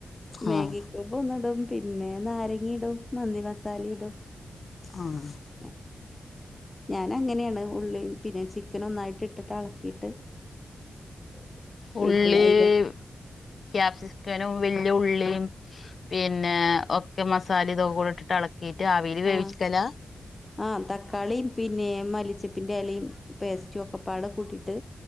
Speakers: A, on the left; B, on the left.
A: മാഗി
B: ആഹ്
A: പന്നിടും പിന്നെ നാരങ്ങി ഇടും മന്തി മസാല ഇടും
B: ആഹ്
A: <unintelligible> ഞാൻ അങ്ങനെയാണ് ഉള്ളി പിന്നെ ചിക്കൻ ഒന്നായിട്ട് ഇട്ടിട്ട് അളക്കിയിട്ട് <unintelligible>
B: ഉള്ളി
A: അയില്
B: ഉം ക്യാപ്സിക്കനും വല്യ ഉള്ളിയും പിന്നെ ഒക്കെ മസാല ഇതൊക്കെ കൂടെ ഇട്ടിട്ട് എള എളക്കീട്ട് ആവീല് വേവിച്ച്ക്കല
A: ആഹ് <unintelligible> ആഹ് തക്കാളിയും പിന്നെ മല്ലിച്ചപ്പിൻ്റെ എലയും പേസ്റ്റും ഒക്കെപ്പാടെ കൂട്ടിയിട്ട്